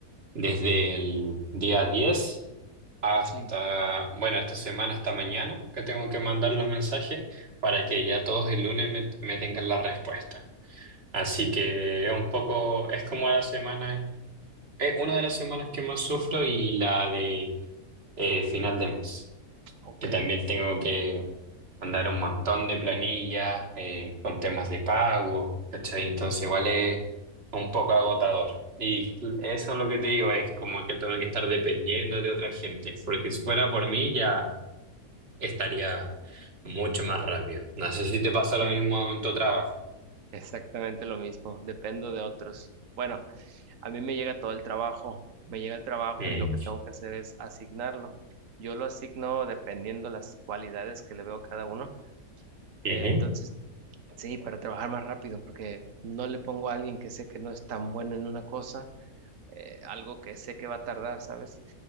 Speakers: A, on the right (about 45°); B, on the right (about 65°).
A: desde el día 10 hasta,
B: sí,
A: bueno, esta semana hasta mañana que tengo que mandar los mensajes para que ya todos el lunes me, me tengan la respuesta. Así que un poco es como la semana, es una de las semanas que más sufro y la de eh, final de mes,
B: ok.
A: que también tengo que mandar un montón de planillas eh, con temas de pago, ¿cachai? Entonces igual es un poco agotador. Y eso es lo que te digo, es como que tengo que estar dependiendo de otra gente, porque si fuera por mí ya estaría mucho más rápido. No sé si te pasa lo
B: Sí.
A: mismo en tu trabajo.
B: Exactamente lo mismo, dependo de otros. Bueno. A mí me llega todo el trabajo, me llega el trabajo
A: Mm.
B: y lo que tengo que hacer es asignarlo. Yo lo asigno dependiendo las cualidades que le veo a cada uno. Eh,
A: Ujú.
B: entonces, sí, para trabajar más rápido, porque no le pongo a alguien que sé que no es tan bueno en una cosa, eh, algo que sé que va a tardar, ¿sabes?